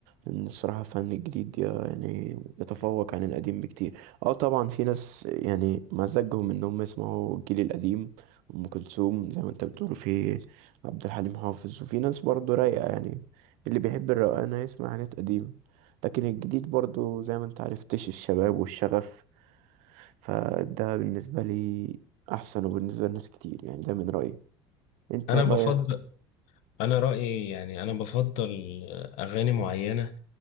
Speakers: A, on the right; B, on the left.
A: إن الصراحة فن جديد يعني يتفوق عن القديم بكتير اه طبعا في ناس يعني مزاجهم إنهم يسمعوا الجيل القديم أم كلثوم زي ما انت بتقول في عبد الحليم حافظ وفي ناس برضه رايقة يعني اللي بيحب الروقان هيسمع حاجات قديمة لكن الجديد برضه زي ما انت عرفتش الشباب والشغف فده بالنسبة لي أحسن وبالنسبة لناس كتير يعني ده من رأيي أنت
B: أنا
A: رأيك
B: بفضل أنا رأيي يعني أنا بفضل أغاني معينة